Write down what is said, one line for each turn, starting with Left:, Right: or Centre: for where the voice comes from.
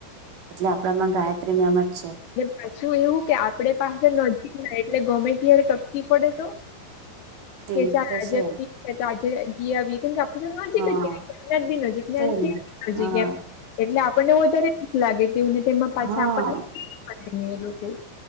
Right: એટલે આપડામાં ગાયત્રી મેમ જ છે.
Left: ને પાછું એવું કે આપડે પાસા નજીકના એટ ને ગમે ત્યારે ટપકી પડે તો
Right: તે
Left: કે ચાલ
Right: થશે
Left: આજેભી એત આજે ગી આવીએ કેમ કે આપણી તો નજીક
Right: હા
Left: જ કે ની કોલેજ બી નજીક ને
Right: તેજ
Left: એનસેએ ભી નજીક
Right: હા
Left: એમ એટલે આપણને વધારે બીક લાગે તેવુને તેમાં પાછા
Right: હા
Left: આપણને કરેની એલોકોયે